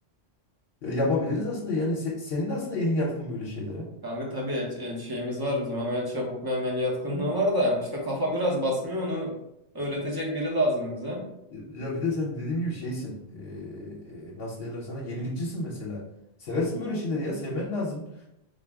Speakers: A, on the left (about 60°); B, on the right (about 25°).
A: Ya yapabiliriz aslında yani se- senin de aslında elin yatkın böyle şeylere.
B: Kanka tabii el, el şeyimiz var bizim hem el çabukluğu hem el yatkınlığı var da işte kafa biraz basmıyor onu öğretecek biri lazım bize.
A: Ya ya bir de sen dediğim gibi şeysin. Ee, e, nasıl derler sana? Yenilikçisin mesela. Seversin böyle şeyleri ya. Sevmen lazım.